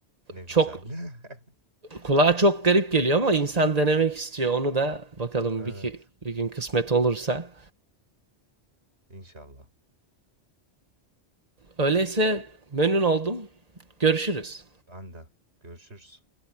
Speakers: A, on the right; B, on the right.
A: ne güzel.
B: çok
A: <laughs>
B: kulağa çok garip geliyor ama insan denemek istiyor. Onu da bakalım
A: Evet.
B: bir, ki- bir gün kısmet olursa.
A: İnşallah.
B: Öyleyse memnun oldum. Görüşürüz.
A: Ben de. Görüşürüz.